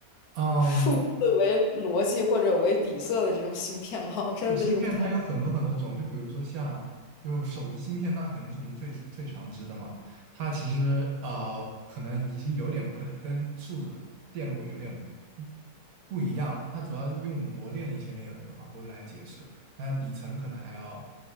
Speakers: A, on the right; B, on the left.
A: 嗯，
B: 数字为逻辑或者为底色的这种芯片吗？<laughs> 我真的对这个不太。
A: 就是芯片它有很多很多种，就比如说像就是手机芯片，那肯定是我们最最常知的嘛。它其实呃，可能已经有点不太跟数字电路有点不一样了。它主要是用模电的一些内容，然后来解释。那底层可能还要